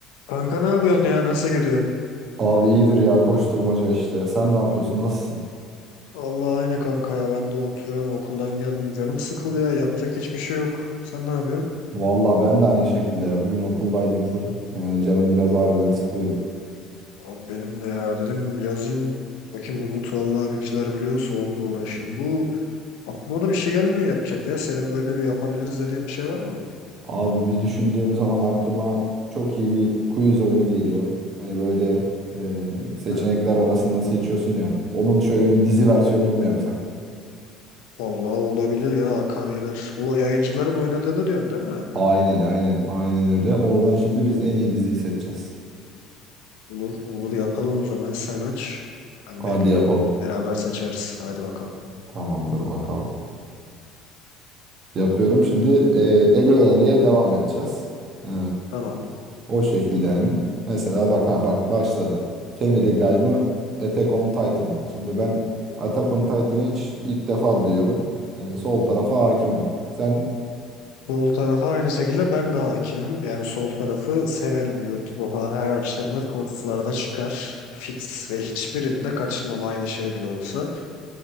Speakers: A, on the left; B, on the right.
A: Kanka ne yapıyorsun ya? Nasıl gidiyor?
B: Abi iyidir ya koşturmaca işte. Sen ne yapıyorsun? Nasılsın?
A: Allah aynı kanka ya. Ben de oturuyorum. Okuldan geldim. Canım sıkıldı ya. Yapacak hiçbir şey yok. Sen ne yapıyorsun?
B: Valla ben de aynı şekilde ya. Bugün okuldaydım full. Yani canım biraz harbiden sıkılıyor.
A: Abi benim de ya. Dedim yazayım. Bakayım Umut vallahi bir şeyler biliyorsa onunla uğraşayım. Bu aklıma da bir şey gelmiyor yapacak ya. Senin böyle bir yapabiliriz dediğin bir şey var mı?
B: Abi bir düşündüğüm zaman aklıma çok iyi bir quiz oyunu geliyor. Hani böyle e, seçenekler
A: He.
B: arasında seçiyorsun ya. Onun şöyle bir dizi versiyonunu mu yapsak?
A: Vallahi olabilir ya. Akar gider. Bu yayıncıların oynadığını diyorsun değil mi?
B: Aynen aynen aynen öyle. Oradan şimdi biz en iyi diziyi seçeceğiz.
A: Olur olur yapalım o zaman. Sen aç. Ben
B: Hadi
A: bekleyeyim.
B: yapalım.
A: Beraber seçeriz. Haydi bakalım.
B: Tamamdır bakalım. yapıyorum. Şimdi e, eleye eleye devam edeceğiz. E,
A: Tamam.
B: o şekilde yani. Mesela bak ha bak başladı. Family Guy mı? Attack on Titan mı? Şimdi ben Attack on Titan'ı hiç ilk defa duyuyorum. E, sol tarafa hakimim. Sen
A: Sol tarafa aynı şekilde ben de hakimim. Yani sol tarafı severim YouTube'u falan. Her akşam da shortslarda çıkar. Fix ve hiçbirinde kaçırmam aynı şey bile olsa.